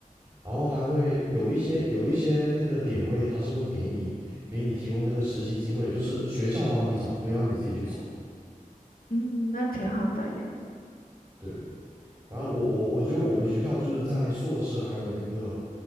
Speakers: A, on the right; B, on the left.
A: 然后还会有一些有一些那个点位，他是会给你给你提供那个实习机会就是学校帮你找，不要你自己去找的。
B: 嗯，那挺好的耶。
A: 对，反正我我我觉得我们学校就是在硕士还有那个，